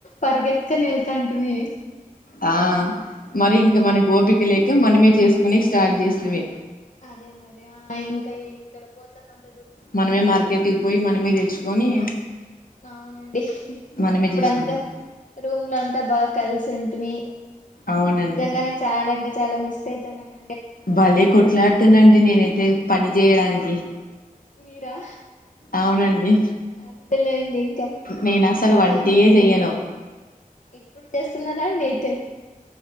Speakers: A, on the left; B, on the left.
A: పర్గెత్కనెల్తాంటిమి
B: ఆ మరి ఇంకా మనకి ఓపిక లే క మనమే చేసుకొనేకి స్టార్ట్ చేస్తిమీ
A: అదే మరి ఆ ఇంక ఎక్కడ పోతామన్
B: మనమే మార్కెట్టుకు పోయి మనమే తెచ్చుకొని
A: అవునండి
B: మనమే
A: అప్పుడంతా
B: చేసుకునేది
A: రూమ్ లో అంతా బాగా కలిసి ఉంటివి
B: అవునండి
A: నిజంగానే చాలా అంటే చాలా మిస్ అయితానన్
B: భలే కొట్లాడుతనండి నేనైతే పని చెయ్యడానికి
A: మీరా
B: అవునండి
A: అంతేలేండి ఇంకా
B: నేనస్సలు
A: అంటే
B: వంటే చెయను
A: ఇప్పుడు చేస్తున్నారా అండి అయితే